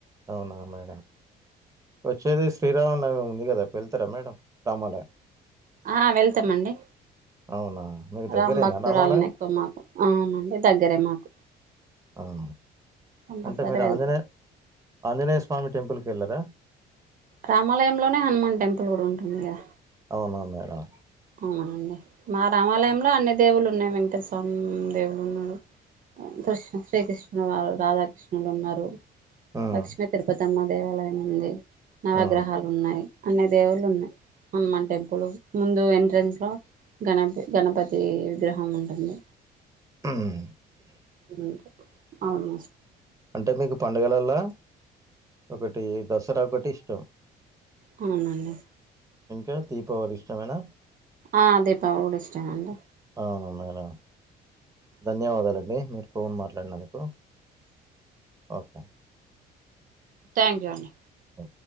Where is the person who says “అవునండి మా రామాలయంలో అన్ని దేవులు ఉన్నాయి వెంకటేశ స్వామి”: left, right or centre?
Right